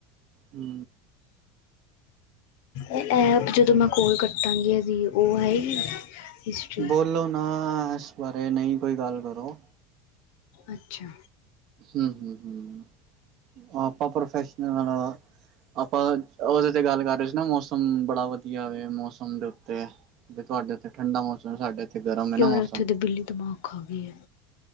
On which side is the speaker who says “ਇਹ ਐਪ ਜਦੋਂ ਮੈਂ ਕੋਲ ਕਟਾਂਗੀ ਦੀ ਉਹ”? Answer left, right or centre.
Left